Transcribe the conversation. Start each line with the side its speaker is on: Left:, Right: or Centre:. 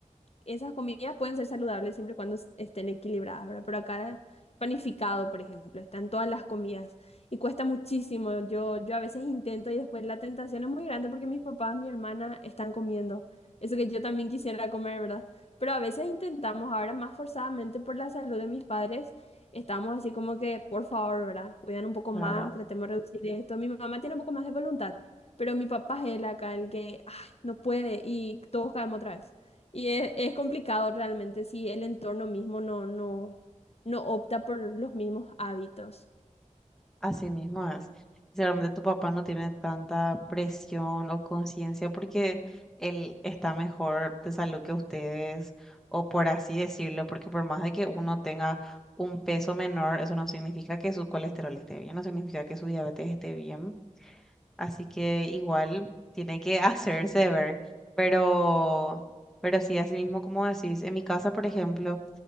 Left: esas comidas pueden ser saludables siempre y cuando es- estén equilibradas, ¿verdad? Pero acá panificado, por ejemplo, están todas las comidas y cuesta muchísimo. Yo, yo a veces intento y después la tentación es muy grande porque mis papás, mi hermana están comiendo. Eso que yo también quisiera comer, ¿verdad? Pero a veces intentamos, ahora más forzadamente por la salud de mis padres, estamos así como que, por favor, ¿verdad? Cuidan un poco
Centre: claro.
Left: más, tratemos de reducir esto. Mi mamá tiene un poco más de voluntad, pero mi papá es el acá, el que, ay, no puede y todos caemos otra vez. Y es, es complicado realmente si el entorno mismo no, no, no opta por los mismos hábitos.
Centre: Así mismo es. Seguramente tu papá no tiene tanta presión o conciencia porque él está mejor de salud que ustedes, o por así decirlo, porque por más de que uno tenga un peso menor, eso no significa que su colesterol esté bien, no significa que su diabetes esté bien. Así que igual tiene que <laughs> hacerse ver. Pero, pero sí, así mismo como decís, en mi casa, por ejemplo,